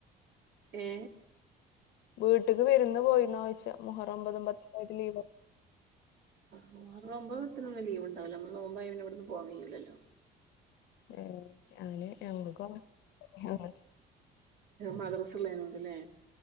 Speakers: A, on the right; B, on the left.
A: ഏ
B: വീട്ട്ക്ക് വിര്ന്ന് പോയീന്നോയ്ച്ച മുഹറം ഒമ്പതും പത്തക്കായിട്ട് ലീവ്
A: മുഹറം ഒമ്പത് പത്തിനൊന്നും ലീവുണ്ടാവില്ല നമ്മള് നോമ്പായത് കൊണ്ട് ഇവിടന്ന് പോവാൻ കഴ്യൂല്ലല്ലോ.
B: ഏ അഞ്നെ ഞമ്മുക്ക് <unintelligible>
A: മദ്രസ ഉള്ള നെ ണ്ട് അല്ലേ